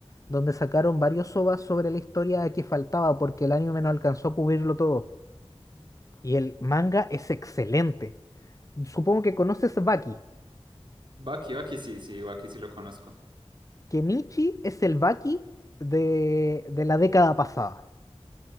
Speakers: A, on the left; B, on the right.
A: donde sacaron varios OVAs sobre la historia que faltaba porque el anime no alcanzó a cubrirlo todo. Y el manga es excelente. Supongo que conoces Baki.
B: Baki, Baki sí, sí, Baki sí lo conozco.
A: Kenichi es el Baki de, de la década pasada.